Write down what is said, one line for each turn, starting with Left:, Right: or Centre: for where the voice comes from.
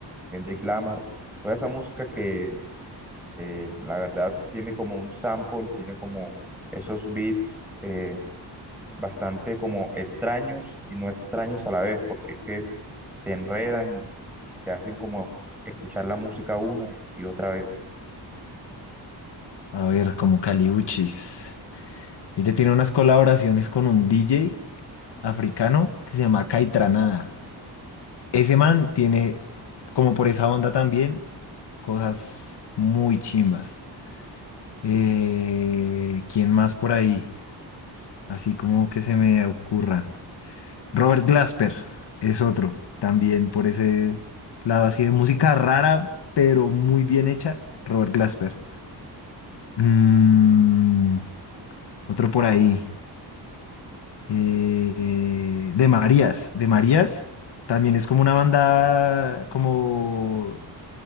Centre: Kendrick Lamar, toda esa música que eh, la verdad tiene como un sample, tiene como esos beats eh, bastante como extraños y no extraños a la vez, porque es que te enredan, te hacen como escuchar la música una y otra vez.
Left: A ver, como caliuchis. Ella tiene unas colaboraciones con un DJ africano que se llama Caitranada. Ese man tiene, como por esa onda también, cosas muy chimbas. Eh, ¿quién más por ahí? Así como que se me ocurran. Robert Glasper es otro, también por ese lado así de música rara, pero muy bien hecha. Robert Glasper. Mm, otro por ahí. eh, de Marías. De Marías también es como una banda como,